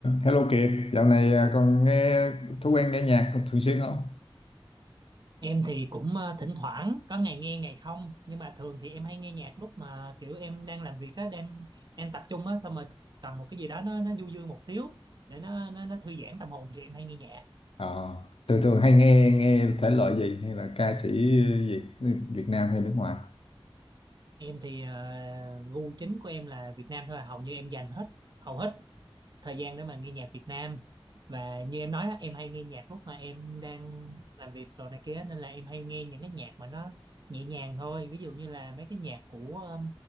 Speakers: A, on the left; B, on the right.
A: Hello Kiệt, dạo này à, còn nghe thói quen nghe nhạc thường xuyên không?
B: Em thì cũng ờ, thỉnh thoảng có ngày nghe ngày không nhưng mà thường thì em hay nghe nhạc lúc mà kiểu em đang làm việc á đang đang tập trung á xong rồi cần một cái gì đó nó nó du dương một xíu để nó nó, nó thư giãn tâm hồn thì em hay nghe nhạc
A: Ờ, thường thường hay nghe nghe thể loại gì hay là ca sĩ gì Việt Nam hay nước ngoài?
B: em thì ờ, gu chính của em là Việt Nam thôi à. hầu như em dành hết hầu hết thời gian để mà nghe nhạc Việt Nam và như em nói á, em hay nghe nhạc lúc mà em đang làm việc rồi này kia nên là em hay nghe những cái nhạc mà nó nhẹ nhàng thôi ví dụ như là mấy cái nhạc của